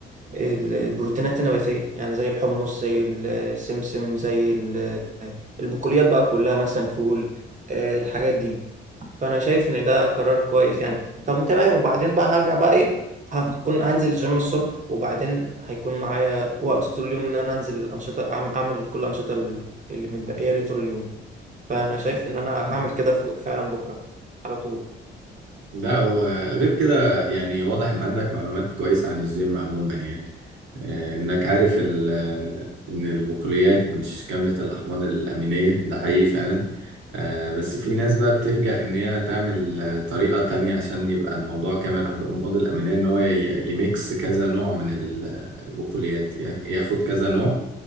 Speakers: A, on the right; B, on the right.
A: البروتينات النباتية يعني زي الحمص زي السمسم زي ال- البقوليات بقى كلها مثلا فول آه، الحاجات دي فأنا شايف إن ده قرار كويس يعني طب تمام وبعدين بقى هرجع بقى إيه هكون هنزل الجيم الصبح وبعدين هيكون معايا وقت طول اليوم إن أنا أنزل الأنشطة أعم- أعمل كل الأنشطة ال- اللي متبقية لي طول اليوم فأنا شايف إن أنا هعمل كده فو- فعلا بكرة على طول
B: ده هو غير كده يعني واضح ان عندك معلومات كويسة عن الجيم عموما يعني آه، انك عارف ال- آه، ان البقوليات مش كاملة الاحماض الامينية ده حقيقي فعلا آه، بس في ناس بقى بتلجأ ان هي تعمل آه، طريقة تانية عشان يبقى الموضوع كامل الاحماض الامينية ان هو ي- يميكس كذا نوع من البقوليات ياخد كذا نوع